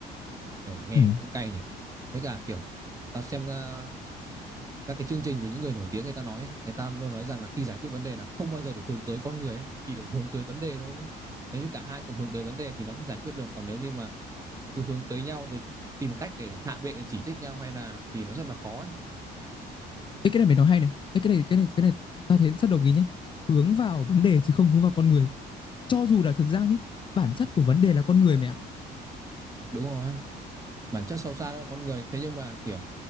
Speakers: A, on the right; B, on the left.
A: ở nghe
B: ừ.
A: nó cũng cay nhỉ với cả kiểu tao xem à, các cái chương trình về những người nổi tiếng người ta nói ấy, người ta luôn nói rằng là khi giải quyết vấn đề là không bao giờ được hướng tới con người ấy, chỉ được hướng tới vấn đề thôi ấy. nếu như cả hai cùng hướng tới vấn đề thì nó sẽ giải quyết được còn nếu như mà cứ hướng tới nhau rồi tìm cách để hạ bệ chỉ trích nhau hay là thì nó rất là khó ấy
B: Ê, cái này mày nói hay này. Ê, cái này cái này cái này ta thấy rất đồng ý nhé. Hướng vào vấn đề chứ không hướng vào con người. Cho dù là thực ra nhé, bản chất của vấn đề là con người mày ạ.
A: đúng rồi bản chất sâu xa đó là con người thế nhưng mà kiểu